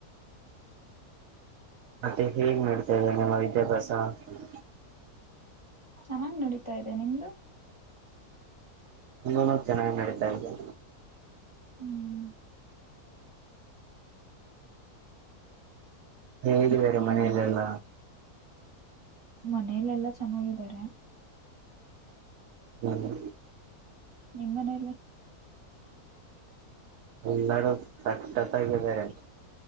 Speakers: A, on the right (about 65°); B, on the left (about 20°).
A: ಅದೆ ಹೇಗ್ ನಡ್ತಾ ಇದೆ ನಮ್ಮ ವಿದ್ಯಾಭ್ಯಾಸ ತ
B: ಚೆನ್ನಾಗ್ ನಡಿತೈತೆ ನಿಮ್ದು
A: ನಂದೂನು ಚೆನ್ನಾಗಿ ನಡೀತಾ ಇದೆ
B: ಹ್ಮ್
A: ಹೇಗಿದ್ದಾರೆ
B: ಅದೇ
A: ಮನೆಲೆಲ್ಲ
B: ನೋಡ್ಬೇಕು ಮನೇಲೆಲ್ಲಾ ಚೆನ್ನಾಗಿದ್ದಾರೆ
A: ಹ್ಮ್
B: ನಿಮ್ಮನೇಲ್ಲಿ
A: ಎಲ್ಲರು ಸಾಕ್ಷತಗಿದಾರೆ